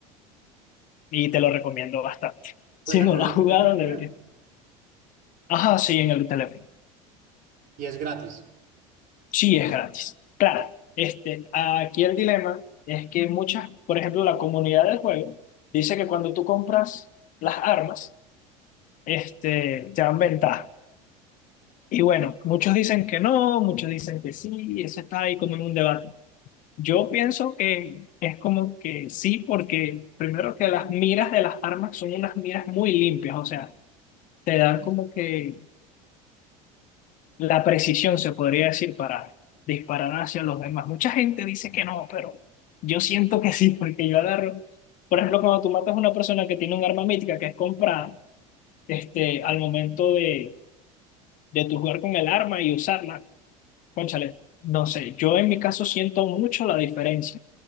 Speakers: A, on the left; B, on the right.
A: y te lo recomiendo bastante. Si
B: Juegas
A: no
B: en
A: lo
B: el
A: has jugado,
B: teléfono con
A: deberías.
B: él
A: Ajá, sí, en el teléfono.
B: y es gratis.
A: Sí, es gratis. Claro, este, aquí el dilema es que muchas, por ejemplo, la comunidad del juego dice que cuando tú compras las armas, este, te dan ventaja. Y bueno, muchos dicen que no, muchos dicen que sí, y eso está ahí como en un debate. Yo pienso que es como que sí, porque primero que las miras de las armas son unas miras muy limpias, o sea, te dan como que la precisión, se podría decir, para disparar hacia los demás. Mucha gente dice que no, pero yo siento que sí, porque yo agarro. Por ejemplo, cuando tú matas a una persona que tiene un arma mítica que es comprada, este, al momento de, de tu jugar con el arma y usarla, cónchale, no sé, yo en mi caso siento mucho la diferencia